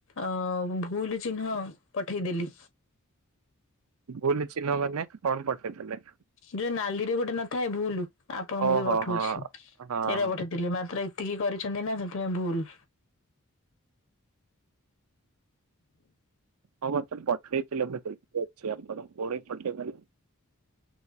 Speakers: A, on the left; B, on the right.
A: ଅ ଭୁଲୁ ଚିହ୍ନ ପଠେଇଦେଲି।
B: ଭୁଲୁ ଚିହ୍ନ ମାନେ କଣ ପଠେଇଦେଲେ?
A: ଯଉ ନାଲିରେ ଗୋଟେ ନଥାଏ ଭୁଲୁ ଆପଣଙ୍କୁ
B: ଓହୋ
A: ବି ପଠଉଚି
B: ହଁ
A: ସେଟା
B: ହଁ ହଁ
A: ପଠେଇଥିଲି ମାତ୍ର ଏତିକି କରିଚନ୍ତି ନା ସେଥିପାଇଁ ଭୁଲ୍।
B: ହଁ ମତେ ବି ପଠେଇଥିଲେ ମୁଁ ଦେଖି ଅଛି ଆପଣ ପୁଣି ପଠେଇ ଦେଲେ?